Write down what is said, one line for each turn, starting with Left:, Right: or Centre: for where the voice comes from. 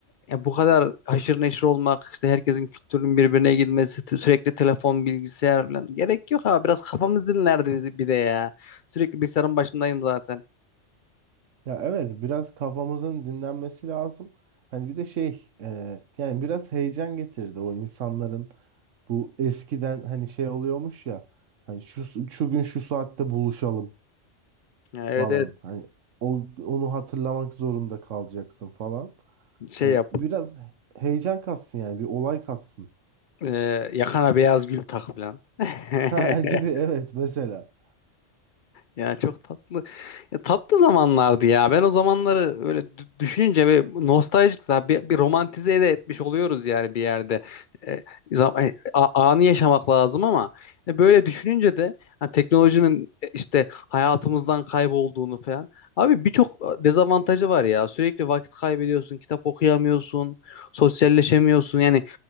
Left: yani bu kadar haşır neşir olmak, işte herkesin kültürünün birbirine girmesi, t- sürekli telefon, bilgisayar falan. Gerek yok ha. Biraz kafamız dinlerdi bizi bir de ya. Sürekli bilgisayarın başındayım zaten.
Right: Ya evet biraz kafamızın dinlenmesi lazım. Hani bir de şey e, yani biraz heyecan getirdi o insanların bu eskiden hani şey oluyormuş ya hani şu şu gün şu saatte buluşalım.
Left: Ya, evet
Right: falan.
Left: evet.
Right: Hani o, onu hatırlamak zorunda kalacaksın falan.
Left: Şey
Right: Hani
Left: yap.
Right: biraz heyecan katsın yani bir olay katsın.
Left: E, yakana beyaz gül tak falan. <laughs>
Right: <laughs> Ha gibi evet mesela.
Left: Ya çok tatlı. Ya tatlı zamanlardı ya. Ben o zamanları öyle dü- düşününce bir nostaljik daha bir, bir romantize de etmiş oluyoruz yani bir yerde. E, zam- e, a- anı yaşamak lazım ama e, böyle düşününce de hani teknolojinin e, işte hayatımızdan kaybolduğunu falan. Abi birçok e, dezavantajı var ya. Sürekli vakit kaybediyorsun, kitap okuyamıyorsun, sosyalleşemiyorsun. Yani